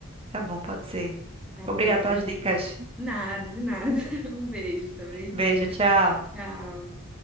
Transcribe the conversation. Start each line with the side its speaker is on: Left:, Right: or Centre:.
Right: Tá bom, pode ser.
Centre: Tá bom,
Right: Obrigada
Centre: então.
Right: pelas dicas.
Centre: Nada, de nada. <laughs> Um beijo também.
Right: Beijo, tchau.
Centre: Tchau.